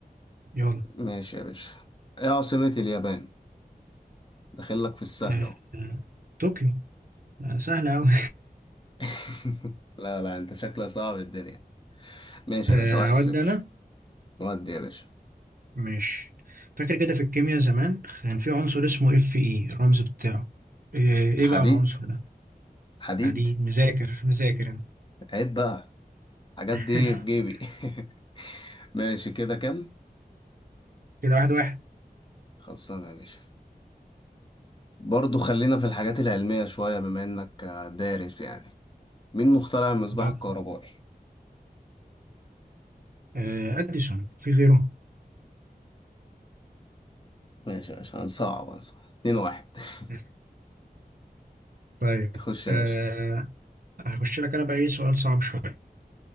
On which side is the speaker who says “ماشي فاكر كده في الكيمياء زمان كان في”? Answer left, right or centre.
Right